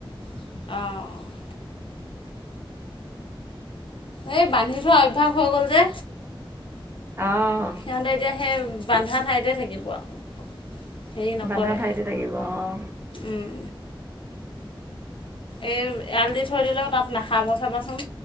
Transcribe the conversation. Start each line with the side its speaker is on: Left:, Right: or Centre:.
Left: অ'। এই বান্ধি থোৱা অভ্যাস হৈ গ'ল যে
Right: অঁ
Left: সিহঁতে এতিয়া সেই বন্ধা ঠাইতে থাকিব আৰু। হেৰি নকৰে
Right: বান্ধা ঠাইতে থাকিব অঁ
Left: উম। এই এৰাল দি থৈ দিলেও তাত নাখ খাব চাবাচোন